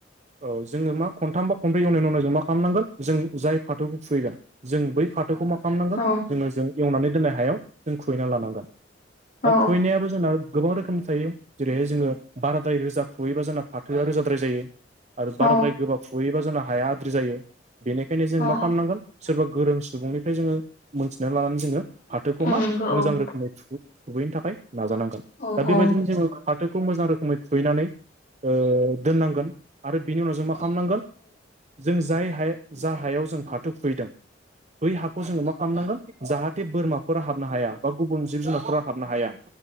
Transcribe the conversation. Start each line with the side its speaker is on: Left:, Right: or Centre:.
Right: औ जोङो मा खनथाम बा खनबैन उनाव जों मा खालामनांगोन जों जाय फाथोखौ कुइगोन जों बै फाथोखौ मा खामनांगोन
Left: औ
Right: जोङो जों एवनानै दोननाय हायाव जों खुबुबैना लानांगोन
Left: औ
Right: दा खुबैनायाबो जोंनाव गोबां रोखोमनि थायो जेरैहाय जोङो बाराद्राय रोजा खुबयोबा जोंना फाथोआ रोजाद्राय जायो आरो
Left: औ
Right: बाराद्राय गोबाब खुहैयोबा जोंना हाया आद्रि जायो बेनिखायनो जों
Left: औ
Right: मा खामनांगोन सोरबा गोरों सुबुंनिफ्राय जोङो मोनथिनानै लानानै जोङो फाथोखौ
Left: औ
Right: मा
Left: नंगौ
Right: मोजां रोखोमै खुबै खुबैनो थाखाय नाजानांगोन।
Left: औ
Right: दा बेबायदिनो
Left: औ
Right: जोङो फाथोखौ मोजां रोखोमै खुबैनानै ओ दोननांगोन आरो बिनि उनाव जों मा खालामनांगोन जों जाय हाया जा हायाव जों फाथो खुबैदों बै हाखौ जोङो मा खालामनांगोन जाहाथे बोरमा फोर हाबनो हाया बा गुबुन जिब जुनारफोरा हाबनो हाया